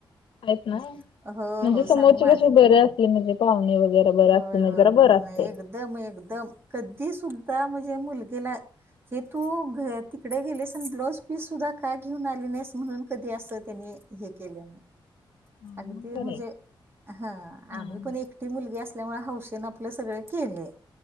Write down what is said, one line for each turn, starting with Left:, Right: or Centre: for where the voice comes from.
Left: आहेत ना
Right: हो
Left: म्हणजे
Right: हो सामान
Left: समोरचे कसे बरे असले म्हणजे पाहुणे वगैरे. बर
Right: होय
Left: असते
Right: होय
Left: जरा
Right: होय
Left: बर
Right: नाही
Left: असते.
Right: एकदम एकदम कधी सुद्धा म्हणजे मुलगीला हे तू तिकडे गेलेस आणि ब्लाऊज पीस सुद्धा का घेऊन आली नाहीस म्हणून कधी असं त्याने. हे केले नाही.
Left: हा मग
Right: अगदी
Left: बरं
Right: म्हणजे
Left: आहे
Right: हा
Left: हा
Right: आम्ही
Left: हा,
Right: पण एकटी मुलगी असल्यामुळे हौसेन आपलं सगळ केले.